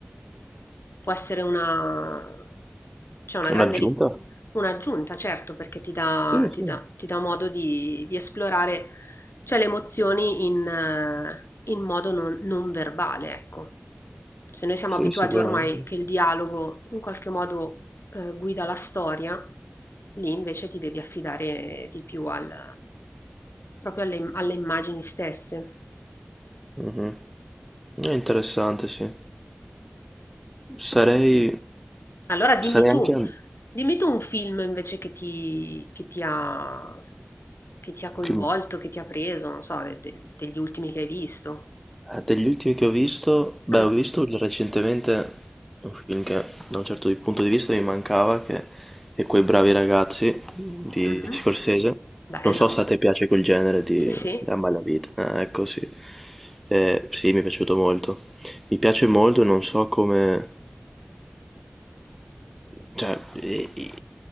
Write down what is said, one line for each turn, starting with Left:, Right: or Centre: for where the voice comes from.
Left: Può essere una, cioè una
Centre: Un'aggiunta?
Left: grande ri- un'aggiunta, certo, perché ti dà,
Centre: Sì, sì,
Left: ti dà- ti dà modo di, di esplorare, cioè, le emozioni in, eh, in modo non, non verbale, ecco. Se noi siamo
Centre: sì,
Left: abituati
Centre: sicuramente.
Left: ormai che il dialogo in qualche modo, eh, guida la storia, lì invece ti devi affidare di più al- proprio alle alle immagini stesse.
Centre: Mhm. È interessante, sì. Sarei,
Left: Allora dimmi
Centre: sarei
Left: tu,
Centre: anche
Left: dimmi tu un film invece che ti, che ti ha, che ti ha coinvolto,
Centre: che-
Left: che ti ha preso, non so, de- de- degli ultimi che hai visto.
Centre: eh, degli ultimi che ho visto. Beh,
Left: Mm,
Centre: ho visto recentemente un film che da un certo punto di vista mi mancava, che è Quei bravi ragazzi di
Left: mhm,
Centre: Scorsese.
Left: Bello,
Centre: Non so se a te piace quel genere di,
Left: sì sì,
Centre: di Ammalavita. Ah, ecco, sì. Eh, sì, mi è piaciuto molto. Mi piace molto, non so come Cioè, e- e-